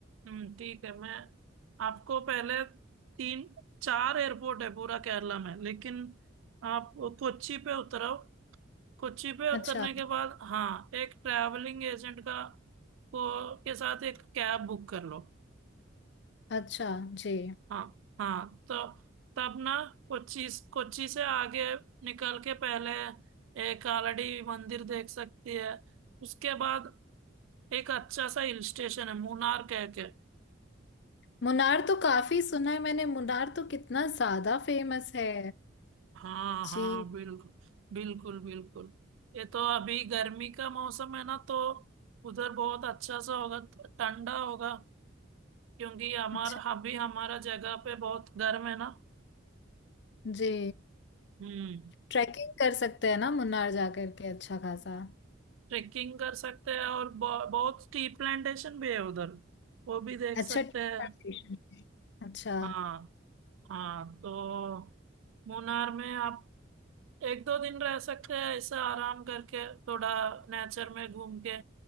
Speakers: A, on the right; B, on the left.
A: हम्म, ठीक है मैं आपको पहले तीन चार एयरपोर्ट है पूरा केरला में लेकिन आप कोच्चि पे उतरो कोच्चि पे उतरने
B: अच्छा
A: के बाद हाँ एक ट्रैवलिंग एजेंट का को के साथ एक कैब बुक कर लो
B: अच्छा जी
A: हाँ हाँ तो तब ना कोच्चि कोच्चि से आगे निकल के पहले एक आलड़ी मंदिर देख सकती है उसके बाद एक अच्छा सा हिल स्टेशन है मुन्नार कह के
B: मुनार तो काफी सुना है मैंने मुनार तो कितना ज्यादा फेमस है
A: हाँ
B: जी
A: हाँ बिल्कुल बिल्कुल बिल्कुल ये तो अभी गर्मी का मौसम है ना तो उधर बहुत अच्छा सा होगा ठंडा होगा क्योंकि हमारा
B: अच्छा
A: अभी हमारा जगह पे बहुत गर्म है ना
B: जी
A: हम्म
B: ट्रैकिंग कर सकते हैं ना मुन्नार जा करके अच्छा खासा
A: ट्रेकिंग कर सकते हैं और ब- बहुत टी प्लांटेशन भी है उधर वो भी देख
B: अच्छा
A: सकते
B: टी
A: हैं
B: प्लांटेशन अच्छा
A: हाँ हाँ तो मुन्नार में आप एक दो दिन रह सकते हैं ऐसे आराम करके थोड़ा नेचर में घूम के